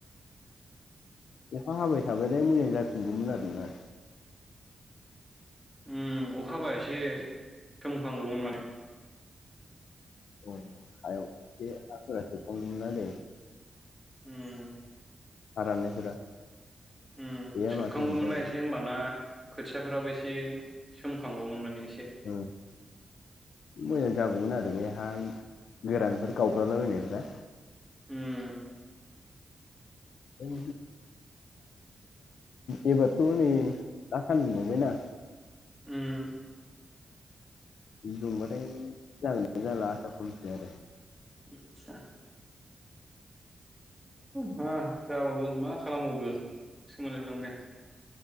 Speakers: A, on the left; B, in the centre.
A: अखा हाबाय थाबालाय मोजां जासिनगौमोन आरोना
B: उम अखा हाबा एसे सोमखांगौमोन माने
A: औ हायाव ए हाफोरा सोबखांगौमोन आरो
B: उम
A: हा राननायफोरा
B: उम
A: गैया
B: सोबखांगौमोनना
A: माथो ओमफ्राय
B: एसे होमबाना खोथियाफोराबो एसे सोमखांगौमोन माने एसे
A: ओ मोजां जागौमोन आरो बे हा गोरानफोरा गावब्रालाबायनायफ्रा
B: उम
A: <unintelligible> एबारथ नै दा सानदुं दुंबखयना
B: उम
A: दुंबाथाय जागोन जाला आसा खमसै आरो
B: आदसा मा जाबावगोन मा खालामबावगोनसो मोनलायलांबाय आं